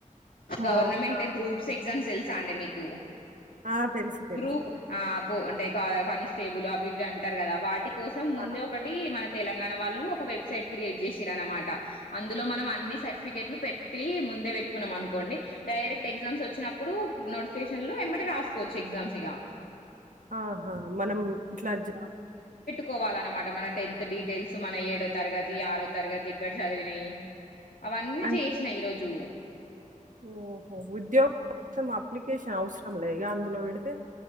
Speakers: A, on the right; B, on the left.
A: ఆ
B: గవర్నమెంట్ గ్రూప్ ఎగ్జామ్స్ తెలుసా అండి మీకు
A: ఆ తెలుసు తెలుసు
B: గ్రూప్ ఆ అంటే కా కానిస్టేబుల్ అవి ఇవి అంటారు కదా వాటి కోసం ముందే
A: ఆ,
B: ఒకటి మన తెలంగాణ వాళ్ళు ఒక వెబ్సైట్ క్రియేట్ చేసిరు అనమాట అందులో మనం అన్ని సర్టిఫికెట్లు పెట్టి ముందే పెట్టుకున్నాం అనుకోండి డైరెక్ట్ ఎగ్జామ్స్ వచ్చినప్పుడు నోటిఫికేషన్లు ఏమ్మటే రాసుకోవచ్చు ఎగ్జామ్స్ ఇగా
A: ఆహా మనం ఇట్లా జి
B: కోవాలన్నమాట మన టెన్త్ డీటెయిల్స్ మన ఏడో తరగతి ఆరో తరగతి ఎక్కడ చదివినాయి అవన్నీ
A: అంటే
B: చేసినా ఈరోజు
A: ఓహో ఉద్యోగం సం అప్లికేషన్ అవసరం లే ఇగ అందులో పెడితే